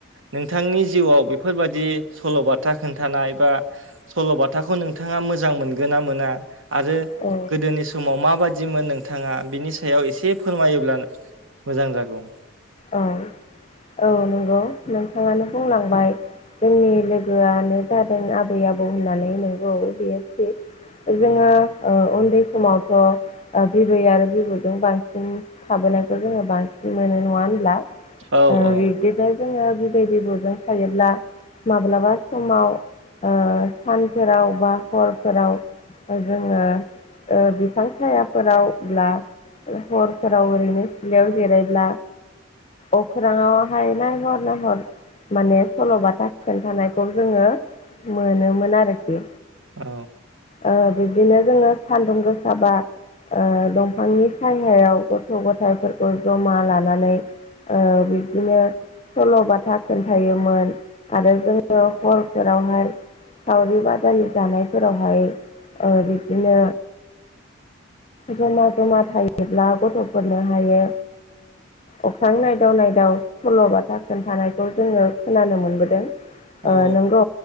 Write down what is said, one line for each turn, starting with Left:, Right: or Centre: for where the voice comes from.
Right: नोंथांनि जिउआव बेफोरबादि सल'बाथा खोन्थानाय बा सल'बाथाखौ नोंथाङा मोजां मोनगोन ना मोना आरो
Left: औ
Right: गोदोनि समाव माबादिमोन नोंथाङा बिनि सायाव एसे फोरमायोब्लानो मोजां जागौ।
Left: औ औ नंगौ नोंथाङानो बुंलांबाय जोंनि लोगोआनो जादों आबै आबौ होननानै नंगौ बियो थि - जोङो उन्दै समावथ' बिबै आरो बिबौजों बांसिन थाबोनायखौ जोङो बांसिन मोनो नङा होन <unintelligible>
Right: औ
Left: ओ
Right: औ
Left: बिबदिनो जोङो बिबै बिबौजों थायोब्ला माब्लाबा समाव ओ सानफोराव बा हरफोराव ओ जोङो ओ बिफां सायाफोराव ब्ला हरफोराव ओरैनो सिलायाव जिरायब्ला अखोराङाव हाय नायहर-नायहर माने सल'बाथा खोन्थानायखौ जोङो मोनोमोन आरोखि
Right: औ।
Left: ओ बिब्दिनो जोङो सान्दुं गोसाबा दंफांनि सायहायाव गथ' गथायफोरखौ जमा लानानै नानै बिब्दिनो सल'बाथा खोन्थायोमोन आरो जोङो हरफोरावहाय सावरि बादालि दानायफोरावहाय बिबदिनो जमा जमा थायोब्ला गथ'फोरनो हायो। अख्रां नायदाव नायदाव सल'बाथा खोन्थानायखौ जोङो खोनानो मोनबोदों।
Right: औ
Left: नोंगौ